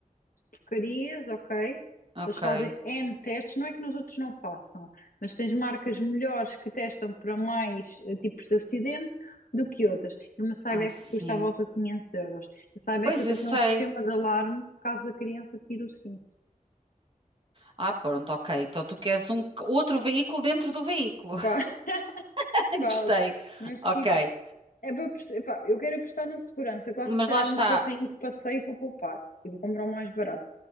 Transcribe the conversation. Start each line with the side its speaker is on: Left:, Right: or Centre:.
Left: porcarias, ok?
Right: ok.
Left: Eles fazem N testes, não é que nos outros não façam, mas tens marcas melhores que testam para mais eh, tipos de acidente do que outras. E uma Cybex
Right: Ah, sim.
Left: custa à volta de 500 euros. A Cybex
Right: Pois
Left: até
Right: eu
Left: tem
Right: sei.
Left: um sistema de alarme caso a criança tire o cinto.
Right: Ah, pronto, ok. Então tu queres um outro veículo dentro do veículo.
Left: Quase, <laughs>
Right: <laughs> Gostei.
Left: quase. Mas
Right: Ok.
Left: tipo, é para, perce- epá, eu quero apostar na segurança. Claro que
Right: Mas
Left: se calhar
Right: lá está.
Left: no carrinho de passeio vou poupar e vou comprar o mais barato.